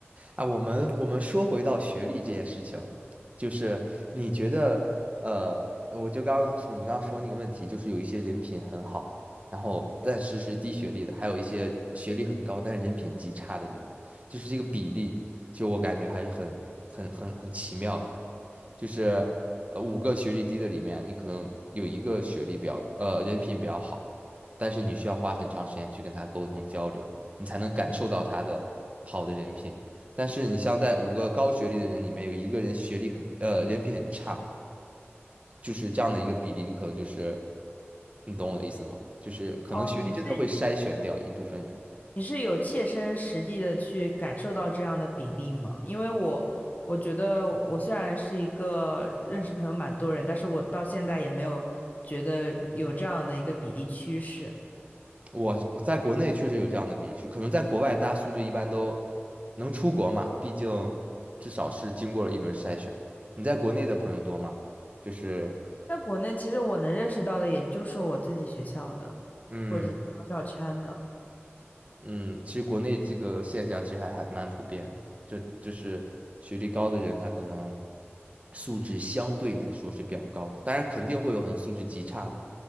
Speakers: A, on the right (about 30°); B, on the left (about 35°).
A: 啊，我们我们说回到学历这件事情，就是你觉得，呃，我就刚你刚刚说那个问题，就是有一些人品很好，然后但是是低学历的，还有一些学历很高但是人品极差的人，就是这个比例，就我感觉还是很很很很奇妙的，就是呃五个学历低的里面，你可能有一个学历比较呃人品比较好，但是你需要花很长时间去跟他沟通交流，你才能感受到他的好的人品。但是你像在五个高学历的人里面，有一个人学历很呃人品很差，就是这样的一个比例，你可能就是你懂我的意思吗？就是可能学历真的会筛选掉一部分人。
B: 哦，你是你是有切身实地的去感受到这样的比例吗？因为我我觉得我虽然是一个认识朋友蛮多人，但是我到现在也没有觉得有这样的一个比例趋势。
A: 我我在国内确实有这样的比例，就可能在国外大家素质一般都能出国嘛，毕竟至少是经过了一轮筛选。你在国内的朋友多吗？就是
B: 在国内，其实我能认识到的也就是我自己学校的，
A: 嗯，
B: 或者是高校圈的。
A: 嗯，其实国内这个现象其实还还蛮普遍的，就就是学历高的人，他可能素质相对来说是比较高的，当然肯定会有很多素质极差的，